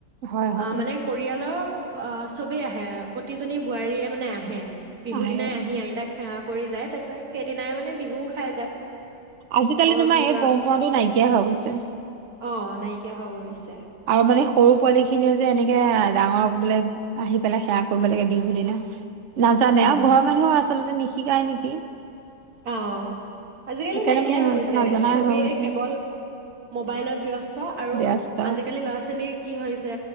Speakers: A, on the right (about 70°); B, on the right (about 50°).
A: হয় হয়
B: অ মানে পৰিয়ালৰ অ চবেই আহে প্ৰতিজনী বোৱাৰীয়ে মানে আহে বিহু
A: আহে
B: দিনাই আহি আইতাক সেৱা কৰি যায় তাৰছত সেইদিনাই মানে বিহু খাই যায়
A: আজিকালি
B: আকৌ
A: তোমাৰ
B: ধৰি
A: এই
B: লোৱা
A: পৰম্পৰাটো নাইকিয়া হৈ গৈছে
B: অ নাইকিয়া হৈ গৈছে
A: আৰু মানে সৰু পোৱালি খিনিয়ে যে এনেকে ডাঙৰক বোলে আহি পেলাই সেৱা কৰিব লাগে বিহু দিনা নাজানে
B: উম
A: আৰু ঘৰ মানুহো আছে আচলতে নিশিকাই নেকি
B: অ আজিকালি
A: সেইকাৰণে
B: নাইকিয়াই
A: মানে সিহঁতে
B: হৈ গৈছে
A: নাজানাই
B: চবেই
A: হৈ গৈছে
B: কেৱল মোবাইলত ব্যস্ত আৰু
A: ব্যস্ত
B: আজিকালি ল'ৰা ছোৱালীক কি হৈছে